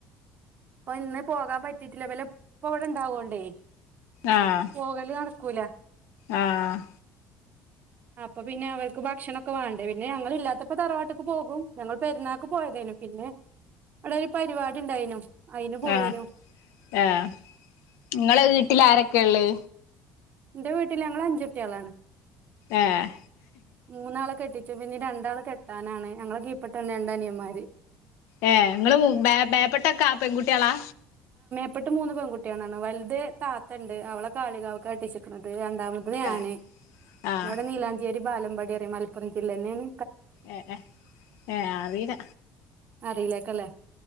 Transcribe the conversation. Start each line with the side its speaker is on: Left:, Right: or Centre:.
Right: അപ്പോ ഇന്ന് പോകാൻ പറ്റിട്ടില്ല ഇവല ഇപ്പ ഇവിടെ ഇണ്ടാവോണ്ടേ
Left: ആഹ്
Right: പോകല് നട ക്കുല
Left: ആഹ്
Right: അപ്പോ പിന്നെ അവർക്ക് ഭക്ഷണൊക്കെ വേണ്ടേ പിന്നെ ഞങ്ങൾ ഇല്ലാത്തപ്പോ തറവാട്ട്ക്ക് പോകും. ഞങ്ങൾ പെരുന്നാൾക്ക് പോയതേനു പിന്നെ അവിടെ ഒരു പരിപാടി ഉണ്ടായിനു അയിന് പോയിനു
Left: ആഹ് ആഹ് ഇങ്ങളെ വീട്ടിൽ ആരൊക്കെ ഇള്ളേ
Right: ഇന്റെ വീട്ടില് ഞങ്ങള് അഞ്ചുട്ടിയേളാണ്
Left: ഏഹ്
Right: മൂന്നാളെ കെട്ടിച്ചു. പിന്നെനി രണ്ടാള് കെട്ടാനാണ് ഞങ്ങളെ കീപ്പെട്ടന്നെ രണ്ട് അനിയന്മാര്
Left: ഏഹ് ഇങ്ങള് മൂ മേ മേപ്പട്ടേക്ക പെൺകുട്ടിയേളാ
Right: പ്പട്ട് മൂന്ന് പെൺകുട്ടിയേളാണ് വലുത് താത്ത് ഇണ്ട് അവളെ കാളികാവ്ക്ക കെട്ടിച്ക്കണ ത് രണ്ടാമത്തത്
Left: ഏഹ്
Right: ഞാന്
Left: ആഹ്
Right: ഇവിടെ നീലാഞ്ചേരി ബാലമ്പടി അറിയോ മലപ്പുറം ജില്ലെന്നേണ്
Left: എ എ ഏ അറീല്ല
Right: അറിയില്ലേക്കല്ലേ.